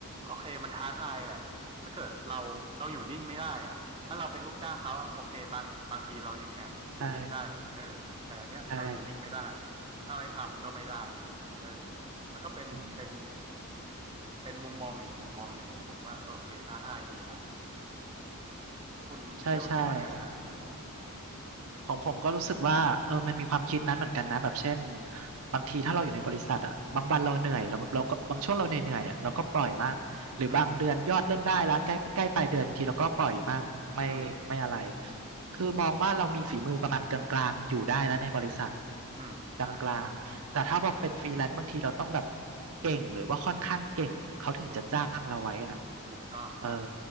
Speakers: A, on the right; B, on the right.
A: โอเคมันท้าทายแหละถ้าเกิดเราเราอยู่นิ่งไม่ได้อะถ้าเราเป็นลูกจ้างเขาโอเคบางบางทีเรายังแอบอยู่นิ่งได้เออแต่อันเนี้ยเราอยู่นิ่งไม่ได้
B: ใช่ใช่
A: ถ้าไม่ทำก็ไม่ได้เออมันก็เป็นเป็น
B: อืม
A: เป็นมุมมองอีกมุมมองหนึ่งที่ผมว่าโอเคท้าทายดีนะอืม คุณเชลคิดว่าไงฮะอืม
B: ใช่ใช่ของอผมก็รู้สึกว่าเออมันมีความคิดนั้นเหมือนกันนะแบบเช่นบางทีถ้าเราอยู่ในบริษัทอ่ะบางวันเราเหนื่อยเราเราก็บางช่วงเราเหนื่อยๆอ่ะเราก็ปล่อยบ้างหรือบางเดือนยอดเริ่มได้ละใกล้ใกล้ปลายเดือนบางทีเราก็ปล่อยบ้างไม่ไม่อะไร
A: อืมอืม
B: คือมองว่าเรามีฝีมือประมาณกลางๆอยู่ได้แล้วในบริษัท
A: อืมใช่
B: กลางๆแต่ถ้าพอเป็นฟรีแลนซ์บางทีเราต้องแบบเก่งหรือว่าค่อนข้างเก่งอะเขาถึงจะจ้างเราไว้อ่ะ
A: สุกถูกต้องครับ
B: เออ